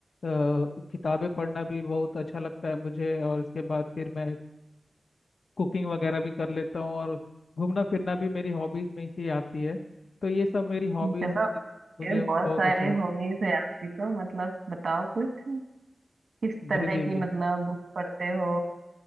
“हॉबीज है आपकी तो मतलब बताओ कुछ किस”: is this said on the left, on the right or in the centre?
Right